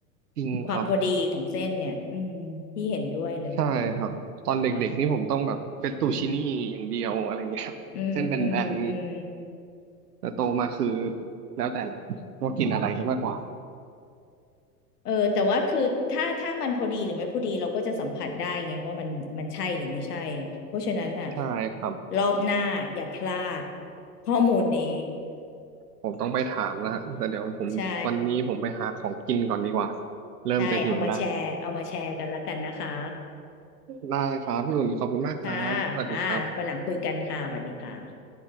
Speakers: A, on the right; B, on the left.
A: จริงครับ
B: ความพอดีของเส้นเนี่ย อืมพี่เห็นด้วยเลย
A: ใช่ครับตอนเด็กๆนี่ผมต้องแบบเฟตตูชินี่อย่างเดียวอะไรเงี้ยเส้นแบน
B: อืม อืม อืม
A: ๆแต่โตมาคือแล้วแต่แหละว่ากินอะไรก็มากกว่า
B: เออแต่ว่าคือถ้าถ้ามันพอดีหรือไม่พอดีเราก็จะสัมผัสได้ไงว่ามันมันใช่หรือไม่ใช่เพราะฉะนั้นน่ะ
A: ใช่ครับ
B: รอบหน้าอย่าพลาดข้อมูลนี้
A: ผมต้องไปถามแล้วฮะแต่เดี๋ยวผมวันนี้ผมไปหาของกินก่อนดีกว่า
B: <laughs> ใช่
A: เริ่มจะหิวละ
B: ใช่เอามาแชร์เอามาแชร์กันแล้วกันนะคะ
A: ได้ครับพี่อุ่นขอบคุณมากครับสวัสดีครับ
B: ค่ะค่ะวันหลังคุยกันค่ะสวัสดีค่ะ